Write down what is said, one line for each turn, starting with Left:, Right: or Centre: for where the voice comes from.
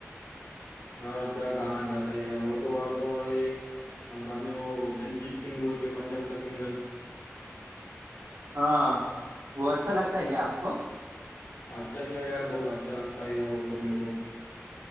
Left: और क्या गाना गाता है यार वो तो और तो और ये हाँ, बाद में वो दलजीत सिंह बोल के पंजाब का सिंगर
Right: हाँ वो अच्छा लगता है क्या आपको
Left: अच्छा क्या यार बहुत अच्छा लगता है यार वो तो मेरे को